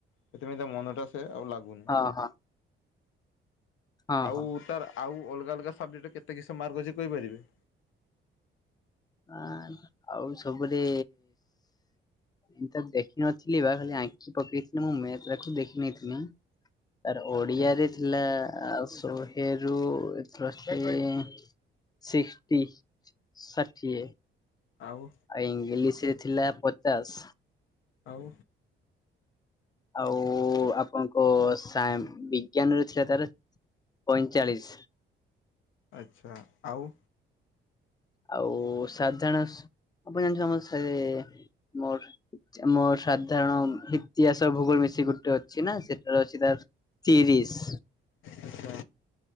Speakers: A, on the left (about 80°); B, on the left (about 20°).
A: ସେଥିପାଇଁ ତା ମନଟା ତାଉ ଲାଗୁନି
B: ହଁ ହଁ ହଁ
A: ଆଉ ତାର ଆଉ ଅଲଗା ଅଲଗା ସବଜେକ୍ଟରେ କେତେ କିସ ମାର୍କ ଅଛି କହିପାରିବେ
B: ଆ ଆଉ ସବୁରେ ଏ ତ ଦେଖିନଥିଲି ବା ଖାଲି ଆଂଖି ପକେଇଥିଲି ମୁଁ ମେଥ୍ ଟା କୁ ଦେଖିନଥିଲି ତାର ଓଡିଆରେ
A: ହୁଁ
B: ଥିଲା ସହେରୁ ଅଫ୍ରେକ୍ସି ସିକ୍ସଟି ଷାଠିଏ
A: ଆଉ
B: ଆଉ ଇଂଲିଶ ରେ ଥିଲା ପଚାଶ୍
A: ଆଉ
B: ଆଉ ଆପଣଙ୍କ ସାଇନ୍ ବିଜ୍ଞାନ ର ଥିଲା ତାର ପଇଁଚାଳିଶ
A: ଆଚ୍ଛା ଆଉ
B: ଆଉ ସାଧାରଣ ଆପଣ <unintelligible> ଆମର ମୋର ମ ସାଧାରଣ ଇତିହାସ ଭୂଗୋଳ ମିଶି ଗୋଟେ ଅଛି ନା ସେଟାର ଅଛି ତାର ତିରିଶ୍
A: ଆଚ୍ଛା